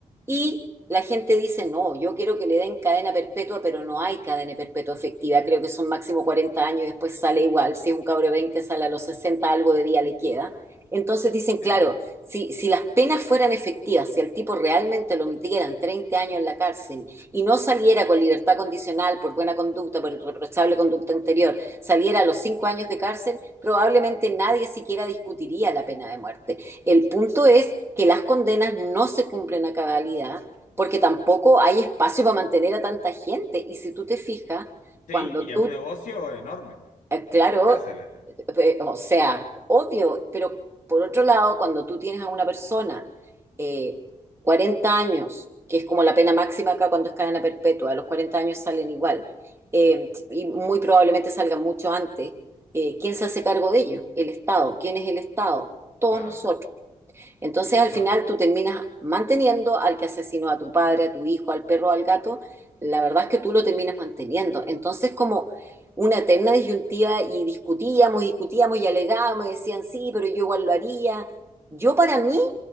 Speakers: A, on the right (about 20°); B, on the left (about 80°).
A: Y la gente dice, no, yo quiero que le den cadena perpetua, pero no hay cadena perpetua efectiva, creo que son máximo 40 años y después sale igual, si es un cabro de 20 sale a los 60 algo de día le queda. Entonces dicen,
B: Sí,
A: claro, si, si las penas fueran efectivas, si al tipo realmente lo metieran 30 años en la cárcel y no saliera con libertad condicional por buena conducta, por irreprochable conducta anterior, saliera a los cinco años de cárcel, probablemente nadie siquiera discutiría la pena de muerte. El punto es que las condenas no se cumplen a cabalidad porque tampoco hay espacio para mantener a tanta gente. Y si tú te fijas,
B: sí,
A: cuando
B: y
A: tú,
B: es un negocio enorme,
A: eh, claro,
B: el de las cárceles,
A: eh, O sea, obvio, pero por otro lado, cuando tú tienes a una persona eh, 40 años, que es como la pena máxima acá cuando es cadena perpetua, a los 40 años salen igual, eh, y muy probablemente salgan mucho antes, eh, ¿quién se hace cargo de ello? El Estado. ¿Quién es el Estado? Todos
B: claro,
A: nosotros. Entonces
B: exacto.
A: al final tú terminas manteniendo al que asesinó a tu padre, a tu hijo, al perro, al gato. La verdad es que tú lo terminas manteniendo. Entonces como una eterna disyuntiva y discutíamos, discutíamos y alegábamos y decían, sí, pero yo igual lo haría. Yo para mí,